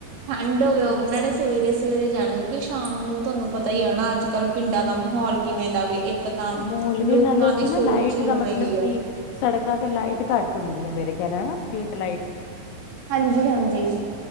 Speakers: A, on the right (about 65°); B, on the left (about 65°).
A: ਠੰਡ ਹੋਵੇ ਉਹਨਾਂ
B: ਹੋ-
A: ਨੇ ਸਵੇਰੇ ਸਵੇਰੇ ਜਾਣਾ ਤੇ ਸ਼ਾਮ ਨੂੰ ਤੁਹਾਨੂੰ ਪਤਾ ਹੀ ਆ ਹੈ ਨਾ ਅੱਜ ਕੱਲ ਪਿੰਡਾਂ ਦਾ ਮਾਹੌਲ ਕਿਵੇਂ ਦਾ ਗੇ ਇੱਕ ਇਕ ਤਾਂ
B: ਮੋਲ ਵੀ
A: ਲੋਕਾਂ
B: ਨਾਲੇ ਉੱਥੇ
A: ਦੀ
B: ਨਾ
A: ਸੋਚ
B: ਲਾਈਟ
A: ਹੀ
B: ਦਾ
A: ਉਵੇਂ
B: ਮਤਲਬ
A: ਦੀ ਹੈ
B: ਕਿ ਸੜਕਾਂ ਤੇ ਲਾਈਟ ਘੱਟ ਹੁੰਦੀ ਆ ਮੇਰੇ ਖਿਆਲ ਸਟਰੀਟ ਲਾਈਟ
A: ਹਾਂਜੀ ਹਾਂਜੀ